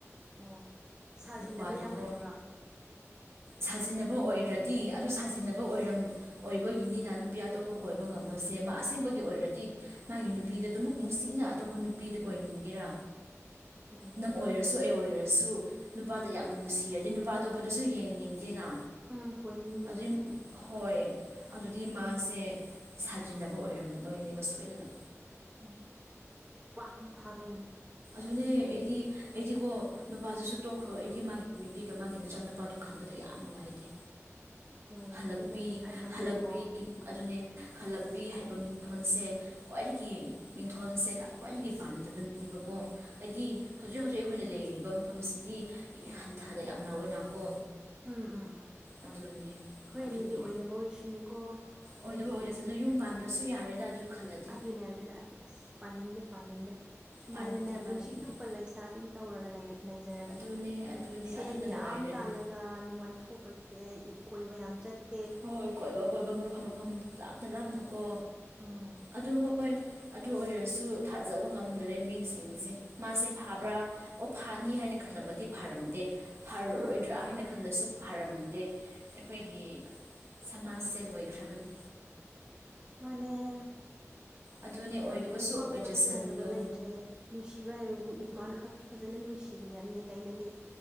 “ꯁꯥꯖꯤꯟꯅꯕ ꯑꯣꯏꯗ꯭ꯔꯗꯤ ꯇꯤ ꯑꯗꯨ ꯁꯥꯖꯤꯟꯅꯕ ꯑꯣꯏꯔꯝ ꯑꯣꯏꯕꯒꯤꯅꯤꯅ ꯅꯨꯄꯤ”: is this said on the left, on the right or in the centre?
Right